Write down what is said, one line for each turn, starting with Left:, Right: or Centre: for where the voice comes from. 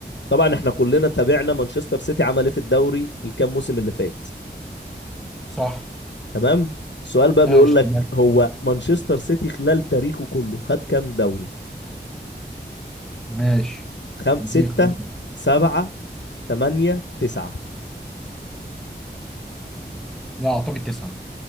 Left: طبعا احنا كلنا تابعنا مانشستر سيتي عمل ايه في الدوري الكام موسم اللي فات
Centre: صح
Left: تمام السؤال بقى
Centre: ماشي
Left: بيقول لك
Centre: تمام.
Left: هو مانشستر سيتي خلال تاريخه كله خد كام دوري
Centre: ماشي
Left: خم...
Centre: اديني
Left: ستة
Centre: اختيار تاني.
Left: سبعة تمانية تسعة
Centre: لا اعتقد تسعه